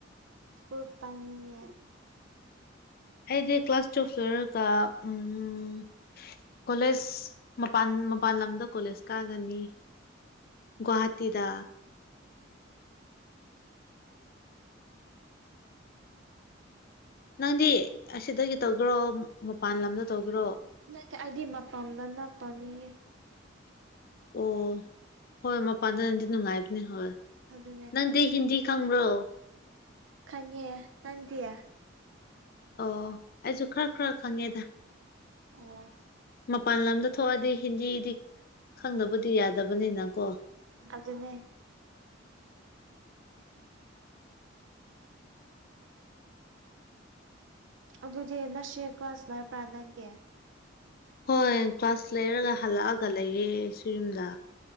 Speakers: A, on the right; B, on the left.
A: ꯁ꯭ꯀꯨꯜ ꯇꯥꯅꯤꯉꯦ
B: ꯑꯩꯗꯤ ꯀ꯭ꯂꯥꯁ ꯇꯨꯌꯦꯜꯐ ꯂꯣꯏꯔꯒ ꯎꯝ ꯎꯝ ꯀꯣꯂꯦꯖ ꯃꯄꯥꯟ ꯃꯄꯥꯟ ꯂꯝꯗ ꯀꯣꯂꯦꯖ ꯀꯥꯒꯅꯤ ꯒꯨꯋꯥꯍꯥꯇꯤꯗ
A: ꯎꯝ
B: ꯅꯪꯗꯤ ꯑꯁꯤꯗꯒꯤ ꯇꯧꯒꯦꯔꯣ ꯃꯄꯥꯟ ꯂꯝꯗ ꯇꯧꯒꯦꯔꯣ
A: ꯅꯠꯇꯦ ꯑꯩꯗꯤ ꯃꯄꯝꯗ ꯅꯠ ꯇꯣꯅꯤꯉꯦ
B: ꯑꯣ ꯍꯣꯏ ꯃꯄꯥꯟꯗ ꯅꯗꯤ ꯅꯨꯡꯉꯥꯏꯕꯅꯦ ꯍꯣꯏ ꯍꯣꯏ
A: ꯑꯗꯨꯅꯦ
B: ꯅꯪ ꯗꯤ ꯍꯤꯟꯗꯤ ꯈꯪꯕ꯭ꯔꯣ
A: ꯈꯪꯉꯦ ꯅꯟꯗꯤ
B: ꯑꯣ ꯑꯩꯁꯨ ꯈꯔ ꯈꯔ ꯈꯪꯉꯦꯗ
A: ꯑꯣ
B: ꯃꯄꯥꯟ ꯂꯝꯗ ꯊꯣꯛꯑꯗꯤ ꯍꯤꯟꯗꯤꯗꯤ ꯈꯪꯗꯅꯕꯗꯤ ꯌꯥꯗꯕꯅꯤꯅꯀꯣ
A: ꯑꯗꯨ ꯑꯗꯨꯅꯦ ꯑꯗꯨꯗꯤ ꯅꯁꯤ ꯀ꯭ꯂꯥꯁ ꯂꯩꯄ꯭ꯔꯥ ꯅꯟꯗꯤ
B: ꯍꯣꯏ ꯀ꯭ꯂꯥꯁ ꯂꯩꯔꯒ ꯍꯜꯂꯛꯑꯒ ꯂꯩꯌꯦ ꯑꯩꯁꯨ ꯌꯨꯝꯗ